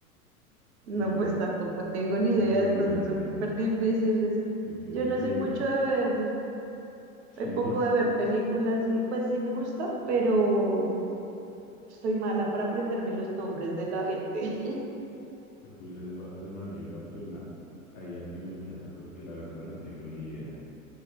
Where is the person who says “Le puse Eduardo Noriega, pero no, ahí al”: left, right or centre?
Left